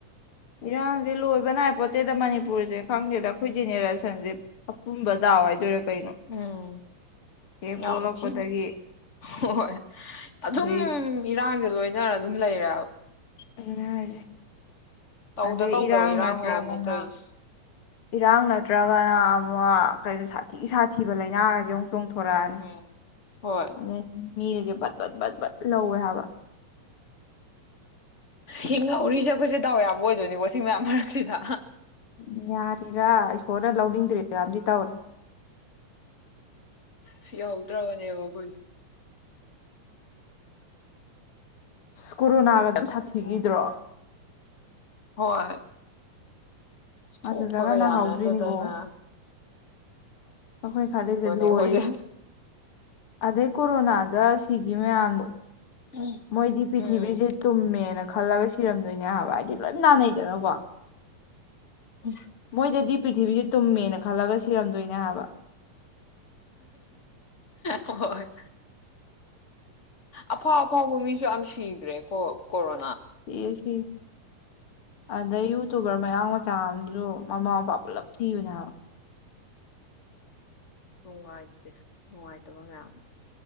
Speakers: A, on the left; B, on the left.
A: ꯏꯔꯥꯡꯁꯦ ꯂꯣꯏꯕ ꯅꯥꯏ ꯄꯣꯠꯠꯇꯦꯗ ꯃꯅꯤꯄꯨꯔꯁꯦ ꯈꯪꯗꯦꯗ ꯑꯩꯈꯣꯏ ꯖꯦꯅꯦꯔꯦꯁꯟꯁꯦ ꯑꯄꯨꯝꯕ ꯗꯥꯎ ꯍꯥꯏꯗꯣꯏꯔꯥ ꯀꯩꯅꯣ
B: ꯎꯝ
A: ꯍꯦꯛ
B: ꯌꯥꯝ
A: ꯄꯣꯛꯂꯛꯄꯗꯒꯤ
B: ꯊꯤꯅ ꯍꯣꯏ ꯑꯗꯨꯝ
A: ꯑꯗꯩ
B: ꯏꯔꯥꯡꯁꯦ ꯂꯣꯏꯅꯔ ꯑꯗꯨꯝ ꯂꯩꯔ
A: ꯑꯗꯨꯅꯦ ꯍꯥꯢꯖꯦ
B: ꯇꯧꯗ
A: ꯑꯗꯩ
B: ꯇꯧꯗꯕ
A: ꯏꯔꯥꯡ ꯅꯠꯇ꯭ꯔꯒꯅ
B: ꯃꯌꯥꯝꯅꯦ ꯇꯧꯔꯤꯁꯦ
A: ꯏꯔꯥꯡ ꯅꯠꯇ꯭ꯔꯒꯅ ꯩꯅꯣ ꯁꯥꯊꯤ ꯁꯥꯊꯤꯕ ꯂꯥꯏꯅꯥꯒꯁꯦ ꯑꯃꯨꯛꯛꯇꯣꯡ ꯍꯧꯔꯑꯅꯤ
B: ꯎꯝ ꯍꯣꯏ
A: ꯑꯗꯨ ꯃꯤꯒꯖꯦ ꯄꯠꯄꯠ ꯂꯧꯋꯦ ꯍꯥꯏꯕ
B: ꯍꯤꯡ ꯉꯧꯔꯤꯁꯦ ꯑꯩꯈꯣꯏꯁꯦ ꯇꯧ ꯌꯥꯕ ꯑꯣꯏꯗꯣꯏꯅꯤꯀꯣ ꯁꯤ ꯃꯌꯥꯝ ꯃꯔꯛꯁꯤꯗ
A: ꯎ ꯌꯥꯔꯤꯔꯥ ꯏꯁꯣꯔꯅ ꯂꯧꯅꯤꯡꯗ꯭ꯔꯤꯔꯥꯝꯗꯤ ꯇꯧꯔꯤ
B: ꯁꯤꯍꯧꯗ꯭ꯔꯕꯅꯦꯕ ꯑꯩꯈꯣꯏꯁꯦ
A: ꯑ ꯀꯣꯔꯣꯅꯥꯒ ꯗꯣ ꯌꯥꯝ ꯁꯥꯊꯤꯈꯤꯗ꯭ꯔꯣ
B: ꯍꯣꯏ ꯊꯣꯛꯄꯒ
A: ꯑꯗꯨꯗꯒ ꯅꯥꯍꯧꯗ꯭ꯔꯤꯅꯤꯀꯣ
B: ꯌꯥꯅ ꯗꯗꯅ
A: ꯑꯩꯈꯣꯏ ꯁꯥꯢ ꯍꯨꯖꯤꯛꯁꯦ ꯂꯣꯏꯔꯦ
B: ꯑꯩꯈꯣꯏꯁꯦ
A: ꯑꯗꯩ ꯀꯣꯔꯣꯅꯥ ꯗ ꯁꯤꯒꯤ ꯃꯌꯥꯝꯗꯣ
B: ꯎꯝ
A: ꯃꯣꯏꯗꯤ ꯄꯤꯔꯤꯊꯤꯕꯤꯁꯦ
B: ꯎꯝ
A: ꯇꯨꯝꯃꯦꯅ ꯈꯜꯂꯒ ꯁꯤꯔꯝꯗꯣꯏꯅꯦ ꯍꯥꯏꯕ ꯍꯥꯏꯗꯤ ꯂꯣꯏ ꯅꯥꯅꯩ ꯗꯅꯀꯣ
B: ꯎꯝ
A: ꯃꯣꯏꯗꯗꯤ ꯄ꯭ꯔꯤꯊꯤꯕꯤꯁꯦ ꯇꯨꯝꯃꯦꯅ ꯈꯜꯂꯒ ꯁꯤꯔꯝꯗꯣꯏꯅꯦ ꯍꯥꯏꯕ
B: ꯍꯣꯏ ꯑꯐꯥꯎ ꯑꯐꯥꯎꯕ ꯃꯤꯁꯨ ꯌꯥꯝ ꯁꯤꯈ꯭ꯔꯦ ꯀꯣ ꯀꯣꯔꯣ
A: ꯌꯦꯁꯤ ꯑꯗ ꯌꯨꯇꯨꯕꯔ ꯃꯌꯥꯡ ꯃꯆꯥ ꯑꯃꯁꯁꯨ ꯃꯃꯥ ꯃꯄꯥ ꯄꯨꯂꯞ ꯊꯤꯕꯅꯦ ꯍꯥꯏꯕ
B: ꯅꯨꯡꯉꯥꯏꯇꯦ ꯅꯨꯡꯉꯥꯏꯇꯕ ꯃꯌꯥꯝ